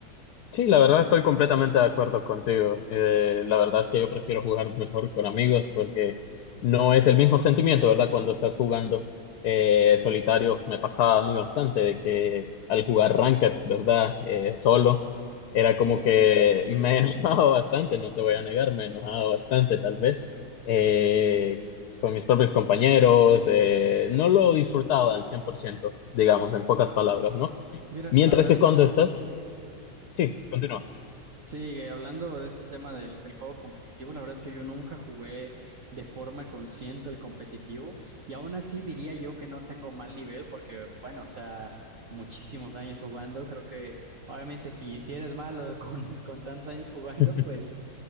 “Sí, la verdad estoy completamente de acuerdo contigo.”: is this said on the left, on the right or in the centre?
Left